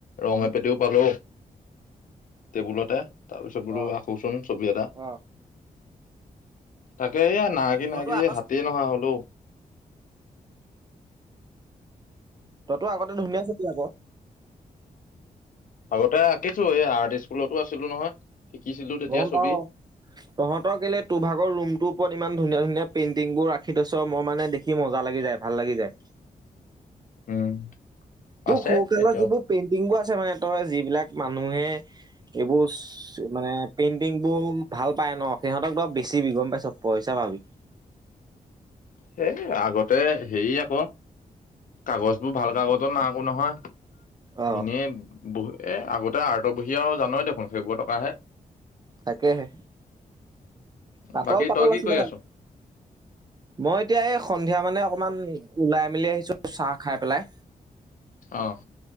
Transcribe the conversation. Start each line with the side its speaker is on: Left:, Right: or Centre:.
Left: ৰং এপেটিও পালো টেবুলতে তাৰপিছত ব
Right: অ
Left: আকৌচোন ছবি এটা
Right: অ
Left: তাকে এইয়া নাঅকি
Right: তইতো
Left: নাঅকি
Right: আ
Left: হাতে নহোৱা হলোও
Right: তইতো আগতে ধুনীয়া আ ছবি আক
Left: আগতে আঁকিছো এই আৰ্ট স্কুলতো আছিলো নহয় শিকিছিলো তেতিয়া
Right: গম
Left: ছবি
Right: পাও তহঁতৰ কেলে তোৰ ভাগৰ ৰুমটোৰ ওপৰত ইমান ধুনীয়া ধুনীয়া। পেইণ্টিং বোৰ ৰাখি থৈছ মই মানে দেখি মজা লাগি যায় ভাল লাগি যায়।
Left: উম
Right: তোৰ
Left: আছে
Right: সোকালৰ
Left: এতিয়াও
Right: যিবোৰ পেইণ্টিং বোৰ আছে ছে মানে তই যিবিলাক মানুহে এইবোৰ মানে পেইন্টিং বোৰ ভাল পায় ন সিহঁতক ব বেছি বি গম পাইছ পইচা ভাবি।
Left: সেই আগতে হেৰি আকৌ কাগজ বোৰ ভাল কাগজত নাই একো নহয়।
Right: অ
Left: ইনেয় বহু এ আগতে আত বহিয় আৰু জানোৱেই দেখোন ফেব্ৰুৱাৰী টকা আহে।
Right: তাকেহে পাতল
Left: বাকী
Right: পাতল
Left: তই কি
Right: আছিলে
Left: কৰি আছ
Right: মই এতিয়া এই সন্ধিয়া মানে অকমান ওলাই মেলি আহিছো চাহ খাই পেলাই
Left: অঁ